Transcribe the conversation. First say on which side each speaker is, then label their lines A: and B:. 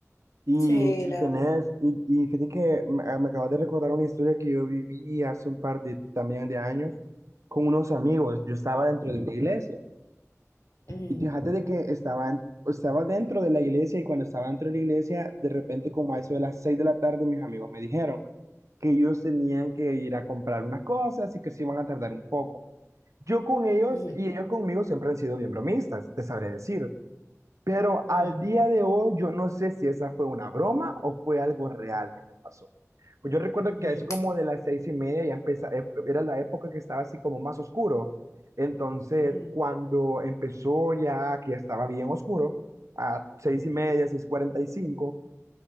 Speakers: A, on the right (about 70°); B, on the left (about 75°).
A: Y,
B: Sí,
A: y
B: la
A: tenés,
B: verdad.
A: y, y fíjate que me, me acabas de recordar una historia que yo viví hace un par de, también de años con unos amigos. Yo estaba dentro de una iglesia.
B: Ujú,
A: Y fíjate de que estaban, estaba dentro de la iglesia y cuando estaba dentro de la iglesia, de repente como a eso de las seis de la tarde, mis amigos me dijeron que ellos tenían que ir a comprar unas cosas y que se iban a tardar un poco. Yo con ellos
B: ujú,
A: y ellos conmigo siempre han sido bien bromistas, te sabré decir. Pero
B: ujú,
A: al día de hoy yo no sé si esa fue una broma o fue algo real que me pasó. Pues yo recuerdo
B: ujú,
A: que a eso como de las seis y media ya empezaba, era la época que estaba así como más oscuro. Entonces,
B: ujú,
A: cuando empezó ya, que ya estaba bien oscuro, a seis y media, seis cuarenta y cinco,